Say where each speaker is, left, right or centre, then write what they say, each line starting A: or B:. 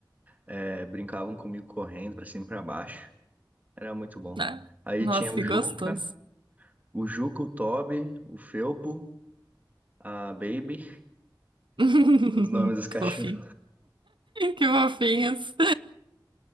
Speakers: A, on the right (about 20°); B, on the right (about 80°).
A: é, brincavam comigo correndo pra cima e pra baixo. Era muito bom.
B: né?
A: Aí
B: Nossa,
A: tinha o
B: que
A: Juca,
B: gostoso.
A: o Juca, o Toby, o Felpo, a Baby,
B: <laughs>
A: os nomes dos cachorros.
B: Que fofinho. Que fofinhos.